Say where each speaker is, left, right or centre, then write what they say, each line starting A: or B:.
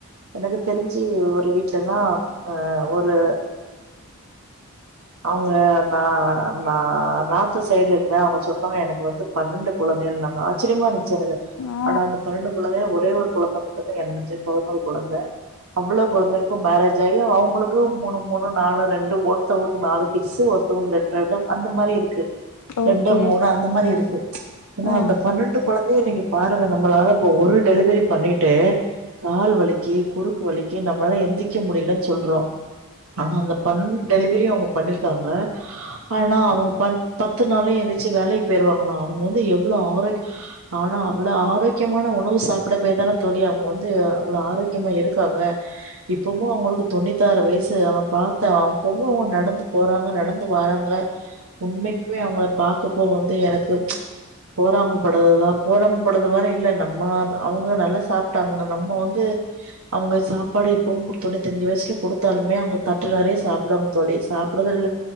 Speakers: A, on the right (about 70°); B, on the left (about 85°).
A: எனக்கு தெரிஞ்சு ஒரு வீட்லல்லா அ ஒரு அவுங்க நா நா நா சைடு இருந்த அவுங்க சொன்னாங்க எனக்கு வந்து பன்னெண்டு கொழந்தைகள்னங்க ஆச்சரியமா இருக் ச்சரது
B: ஆ
A: ஆனா அந்த பன்னண்டு கொழந்தைங் ஒரு ஒரே ஒரு கொலந்த மட்டுதா ஏறந்துட்டு பதினொரு கொலந்த அவ்ளோ கொலந்தைள்கு மேரேஜ் ஆயி அவங்களுக்கு மூணு மூணு நாலு ரெண்டு ஒருத்தவங்களுக்கு நாலு கிட்சு ஒருத்தவங்க ரெண்ரெண்டு அந்த மாரி இருக்கு
B: ஓகே
A: ரெண்டு மூணு அந்த மாரி ச் இருக்கு ஏனா
B: ம்
A: அந்த பன்னெண்டு கொழந்தைய நீங்க பாருங்க நம்மளால இப்ப ஒரு டெலிவரி பண்ணிட்டு கால் வலிக்கு குறுக்கு வலிக்கு நம்மளால எந்திக்க முடியலனு சொல்றோ ஆனா அந்த பண்ணெட்டு டெலிவரியு அவங்க பண்ணிருக்காங்க ஆனா அவங்க பன் பத்து நாள்ளே எந்திச்சு வேலைக்கு போயிருவாங்களா அவங்க வந்து எவ்ளோ ஆரோக் ஆனா அவ்ளோ ஆரோக்கியமான உணவு சாப்பிட போய்தான தோழி அவங்க வந்து அவ்ளோ ஆரோக்கியமா இருக்காங்க இப்பமு அவங்களுக்கு தொண்ணூத்தி ஆறு வயசு ஆ பாத்தா அப்பவு அவங்க நடந்து போறாங்க நடந்து வாராங்க உண்மைக் இப்பவே அவுங்கள பாக்கப்போ வந்து எனக்கு போறாமபடுததா போரமப்படுறதுலா இல்ல நம்ம அவங்க நல்லா சாப்ட்டாங்க நம்ம வந்து அவங்க சாப்பாடு இப்பவு குடுத்த தொன்னுதஞ்சு வயசுல குடுத்தாலுமே அவங்க தட்டு நெறைய சாப்பிடுவாங்க தோழி சாப்புட்றதுல